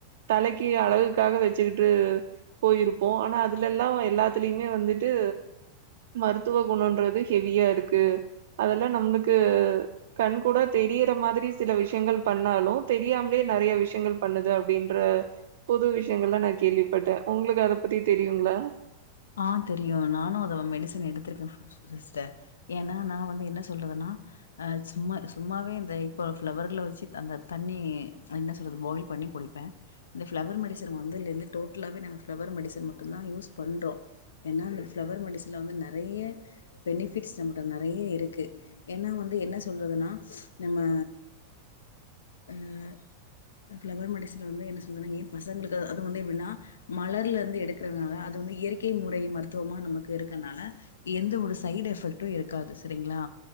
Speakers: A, on the right; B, on the left.
A: தலைக்கி அழகுக்காக வெச்சுக்குட்டு போயிருப்போ ஆனா அதுலல்லா எல்லாத்துலயுமே வந்துட்டு மருத்துவ குணோன்றது ஹெவியா இருக்கு அதெல்லா நம்ளுக்கு கண் கூடா தெரியிற மாதிரி சில விஷ்யங்கள் பண்ணாலு தெரியாமலே நெறய விஷ்யங்கள் பண்ணுது அப்டின்ற பொது விஷ்யங்கள்லா நா கேள்விப்பட்டே உங்ளுக்கு அத பத்தி தெரியுங்ளா
B: ஆ தெரியு நானு அதோட மெடிசன் எடுத்ருக்கே சிஸ்டர் ஏன்னா நா வந்து என்ன சொல்றதுன்னா ஆ சும்மா சும்மாவே இந்த இப்போ ஃப்ளவர்ல வெச்சிட் அந்த தண்ணி என்ன சொல்றது பாயில் பண்ணி குடிப்பே இந்த ஃப்ளவர் மெடிசன் வந்ததுலருந்து டோட்டலாவே நாங்க ஃப்ளவர் மெடிசன் மட்டு்ந்தா யூஸ் பண்றோ ஏன்னா அந்த ஃப்ளவர் மண்டசனில் வந்து நறைய பெனிஃபிட்ஸ் நம்மிட்ட நறைய இருக்கு ஏன்னா வந்து என்ன சொல்றதுன்னா நம்ம அ ஃப்ளவர் மெடிசனில் வந்து என்ன சொல்றாங்க ஏ பசங்களுக்கு அது வந்து எப்டினா மலர்ல இருந்து எடுக்கறனால அது வந்து இயற் கே முறை மருத்துவம் நமக்கு இருக்கனால எந்த ஒரு சைடு எஃபெக்டு இருக்காது சரிங்களா